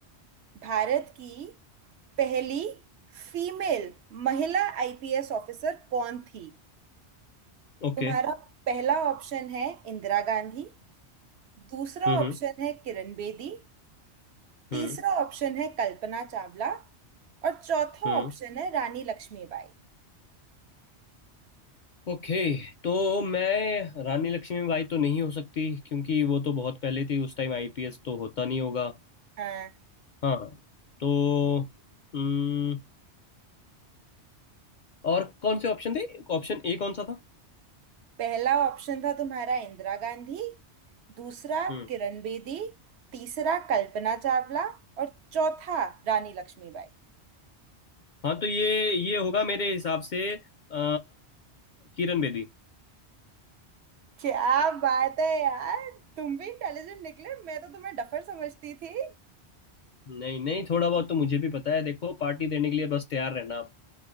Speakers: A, on the right; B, on the left.
A: भारत की पहली फीमेल महिला आईपीएस ऑफिसर कौन थी
B: ओके
A: तुम्हारा पहला ऑप्शन है इंदिरा गांधी दूसरा
B: हम्म
A: ऑप्शन है किरण बेदी तीसरा
B: हम्म
A: ऑप्शन है कल्पना चावला और चौथा
B: हम्म
A: ऑप्शन है रानी लक्ष्मीबाई
B: ओके तो मैं रानी लक्ष्मीबाई तो नहीं हो सकती क्योंकि वो तो बहुत पहले थी उस टाइम आईपीएस तो होता नहीं होगा
A: हाँ
B: हाँ तो हम्म, और कौन से ऑप्शन थे ऑप्शन ए कौन सा था
A: पहला ऑप्शन था तुम्हारा इंदिरा गांधी दूसरा
B: हम्म
A: किरण बेदी तीसरा कल्पना चावला और चौथा रानी लक्ष्मीबाई
B: हाँ तो ये ये होगा मेरे हिसाब से अ, किरण बेदी
A: क्या बात है यार तुम भी इंटेलिजेंट निकले मैं तो तुम्हें डफर समझती थी
B: नहीं नहीं थोड़ा बहुत तो मुझे भी पता है देखो पार्टी देने के लिए बस तैयार रहना अब